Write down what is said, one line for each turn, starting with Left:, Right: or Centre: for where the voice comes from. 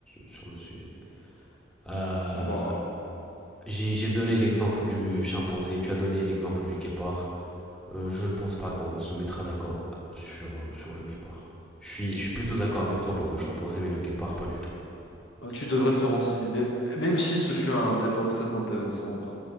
Centre: sur le sujet. Euh,
Left: Bon, bah.
Centre: j'ai j'ai donné l'exemple du chimpanzé, tu as donné l'exemple du guépard. Euh, je ne pense pas qu'on se mettra d'accord sur, sur le guépard. Je suis, je suis plutôt d'accord avec toi pour le chimpanzé, mais le guépard, pas du tout.
Left: Euh, Tu devrais te renseigner. Mais même si ce fut un débat très intéressant, bah,